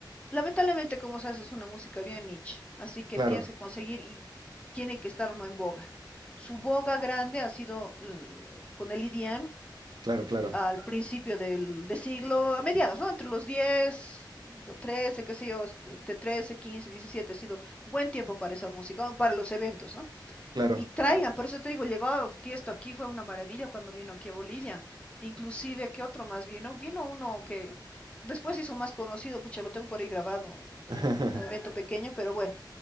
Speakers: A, on the left; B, on the right.
A: Lamentablemente, como sabes, es una música bien niche, así que
B: Claro,
A: tienes que conseguir y tiene que estar o no en boga. Su boga grande ha sido l- con el EDM
B: claro, claro,
A: al principio del de siglo, a mediados, ¿no? Entre los 10, do- 13, qué sé yo, est- de 13, 15, 17, ha sido buen tiempo para esa música, o para los eventos, ¿no?
B: claro.
A: Y traigan, por eso te digo, llegó a Tiesto aquí, fue una maravilla cuando vino aquí a Bolivia. Inclusive, ¿qué otro más vino? Vino uno que después se hizo más conocido, pucha, lo tengo por ahí grabado, fue,
B: <laughs>
A: fue un evento pequeño, pero bueno.